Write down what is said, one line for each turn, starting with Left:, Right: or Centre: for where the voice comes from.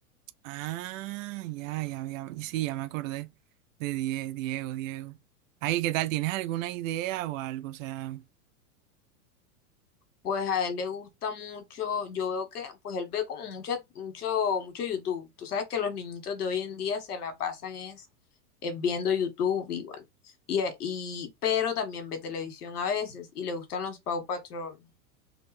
Right: Ah, ya, ya, ya. Sí, ya me acordé de Die- Diego, Diego. Ay, ¿qué tal? ¿Tienes alguna idea o algo? O sea,
Left: Pues a él le gusta mucho, yo veo que, pues él ve como mucha, mucho, mucho YouTube. Tú sabes que los niñitos de hoy en día se la pasan es eh, viendo YouTube y bueno. Y, eh, y, pero también ve televisión a veces y le gustan los Paw Patrol.